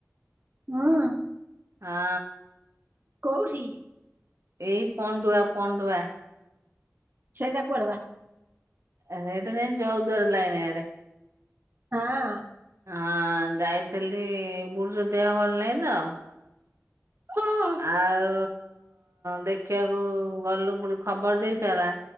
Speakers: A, on the right; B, on the right.
A: ହୁଁ
B: ହଁ
A: କଉଠି?
B: ଏଇ ପଣ୍ଡୁଆ, ପଣ୍ଡୁଆ।
A: ସେଇଦା କୁଆଡେ ବା?
B: ହେଇଟା ଯାଇକି ଚଉଦୁଆର ଲାଇନ୍ ଆଡେ।
A: ହଁ ଅଁ।
B: ହଁ, ଯାଇଥିଲି ବୁଢୀର ଦେହ ଭଲ ନାହିଁ ତ
A: ହଁ
B: ଆଉ ଦେଖିବାକୁ ଗଲୁ ବୁଢ଼ୀ ଖବର ଦେଇଥେଲା।